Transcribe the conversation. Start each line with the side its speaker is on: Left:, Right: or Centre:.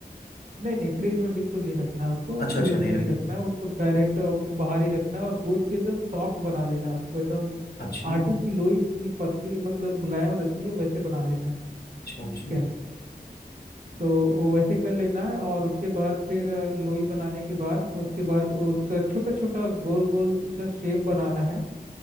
Right: नहीं नहीं फ्रिज में बिल्कुल नहीं रखना है उसको
Left: अच्छा
Right: फ्रिज
Left: अच्छा नहीं
Right: में
Left: रख
Right: नहीं रखना है उसको डायरेक्ट अ, बाहर ही रखना है और गूंथ के एकदम सॉफ्ट बना लेना है उसको एकदम
Left: अच्छा
Right: आटे की लोई जितनी पतली मतलब मुलायम रहती है वैसे बना लेना है
Left: अच्छा अच्छा
Right: ठीक है तो वो वैसे कर लेना है और उसके बाद फिर अ, लोई बनाने के बाद उसके बाद वो उसका छोटा छोटा गोल गोल सा शेप बनाना है